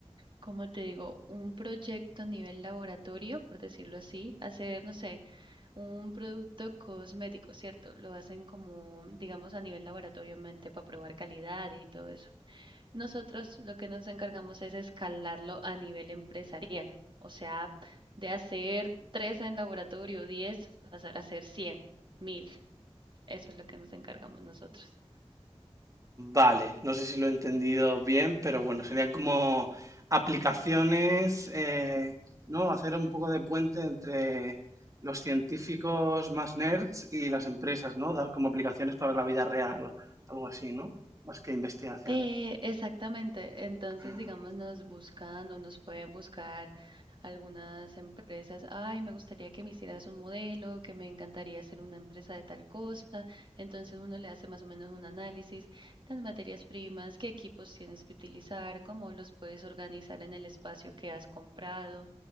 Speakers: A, on the right; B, on the right.
A: como te digo, un proyecto a nivel laboratorio, por decirlo así, hacer, no sé, un producto cosmético, ¿cierto? Lo hacen como, digamos, a nivel laboratorio mente para probar calidad y todo eso. Nosotros lo que nos encargamos es escalarlo a nivel empresarial, o sea, de hacer tres en laboratorio, 10, pasar a hacer 100, 1000. Eso es lo que nos encargamos nosotros.
B: Vale, no sé si lo he entendido bien, pero bueno, serían como aplicaciones, eh, ¿no? Hacer un poco de puente entre los científicos más nerds y las empresas, ¿no? Dar como aplicaciones para la vida real, o algo así, ¿no? Más que investigación.
A: Eh, exactamente. Entonces,
B: Ah,
A: digamos, nos buscan o nos pueden buscar algunas empresas. Ay, me gustaría que me hicieras un modelo, que me encantaría hacer una empresa de tal cosa. Entonces, uno le hace más o menos un análisis, las materias primas, qué equipos tienes que utilizar, cómo los puedes organizar en el espacio que has comprado